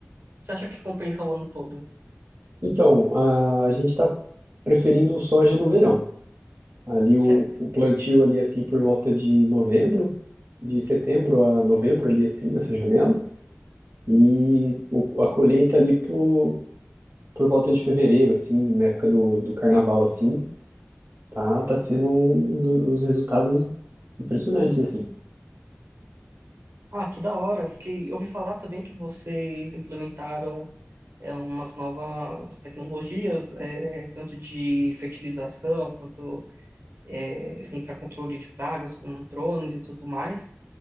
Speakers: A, on the right; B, on the right.
A: você acha que compensa o ano todo,
B: Então, a, a gente está preferindo soja no verão. Ali o,
A: certo?
B: o plantio ali assim por volta de novembro, de setembro a novembro ali assim nessa janela e o, a colheita ali por, por volta de fevereiro assim, na época do, do carnaval assim Tá, tá sendo um dos resultados impressionantes, assim.
A: Ah, que da hora. Fiquei, eu ouvi falar também que vocês implementaram é, umas novas tecnologias, é, tanto de fertilização quanto é, assim, para controle de pragas com drones e tudo mais.